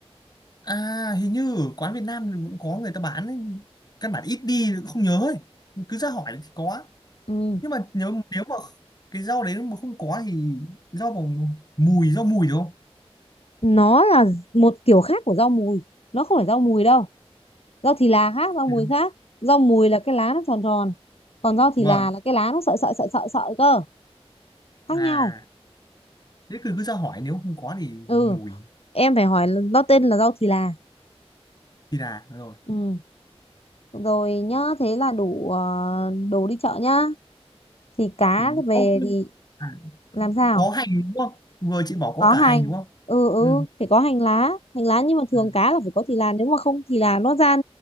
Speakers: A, on the left; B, on the left.
A: à hình như ở quán Việt Nam thì cũng có người ta bán ấy. căn bản ít đi không nhớ ấy. cứ ra hỏi thì có
B: Ừm,
A: nhưng mà nếu nếu mà cái rau đấy mà không có thì rau bằng mùi rau mùi đúng không
B: nó là một kiểu khác của rau mùi nó không phải rau mùi đâu rau thì là khác
A: Phải
B: rau mùi
A: không?
B: khác rau mùi là cái lá nó tròn tròn còn rau thì
A: vâng
B: là là cái lá nó sợi sợi sợi sợi sợi cơ khác
A: à
B: nhau
A: thế cứ cứ ra hỏi nếu không có thì
B: ừ
A: dùng mùi
B: em phải hỏi là- nó tên là rau thì là
A: thì là rồi
B: ừ rồi nhá thế là đủ ờ, đồ đi chợ nhá thì cá
A: Ừ.
B: về
A: Ô, nhưng-
B: thì
A: à,
B: làm sao
A: có hành đúng không vừa chị bảo
B: có
A: có cả
B: hành
A: hành đúng không
B: ừ ừ
A: ừ,
B: phải có hành lá hành lá nhưng mà thường
A: ừ.
B: cá là phải có thì là nếu mà không thì là nó ra